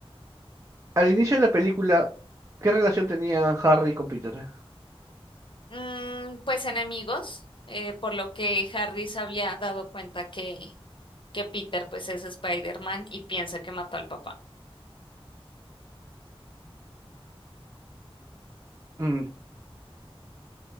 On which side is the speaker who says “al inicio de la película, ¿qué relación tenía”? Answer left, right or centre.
Right